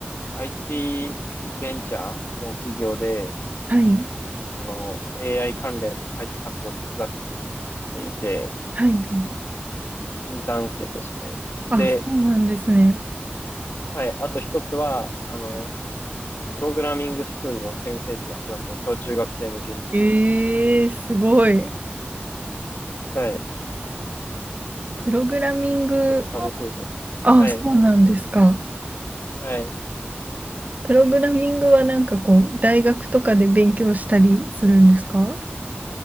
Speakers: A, on the left; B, on the right.
A: IT ベンチャーの企業で、
B: はい
A: あの、AI 関連の開発を手伝っていて、
B: はいはい。
A: インターン生として。で、
B: あ、そうなんですね。
A: はい、あと一つは、あの、プログラミングスクールの先生ってやってますね。小中学生向けに。
B: ええすごい。
A: はい。
B: プログラミングも、
A: 結構楽しいですよ。
B: あ、
A: はい。
B: そうなんですか。
A: はい。
B: プログラミングはなんかこう、大学とかで勉強したりするんですか